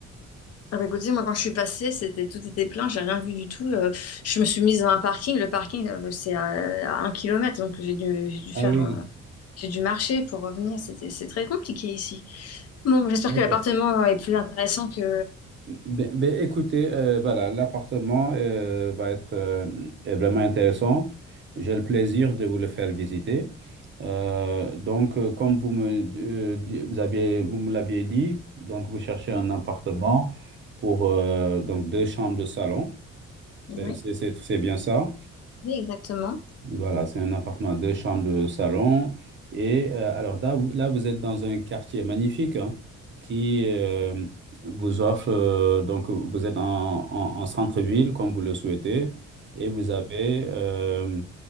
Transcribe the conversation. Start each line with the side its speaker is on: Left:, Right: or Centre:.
Left: Ah bah écoutez, moi quand je suis passée, c'était tout était plein, j'ai rien vu du tout. euh, je me suis mise dans un parking, le parking euh, c'est à, à un kilomètre, donc j'ai dû j'ai dû
Right: Ah
Left: faire
Right: oui,
Left: euh, j'ai dû marcher pour revenir, c'était c'est très compliqué ici. Bon, j'espère
Right: d'accord.
Left: que l'appartement est plus intéressant que
Right: Ben, ben, écoutez, euh, voilà, l'appartement euh, va être euh, est vraiment intéressant. J'ai le plaisir de vous le faire visiter. Euh, donc, euh, comme vous me, euh, di- vous aviez, vous me l'aviez dit, donc vous cherchez un appartement pour euh, donc deux chambres de salon. C'est
Left: oui,
Right: c'est- c'est- c'est bien ça?
Left: oui exactement.
Right: Voilà, c'est un appartement à deux chambres, euh, salon. Et euh, alors là, vous là, vous êtes dans un quartier magnifique hein, qui euh, vous offre, euh, donc vous êtes en, en- en centre-ville comme vous le souhaitez, et vous avez euh,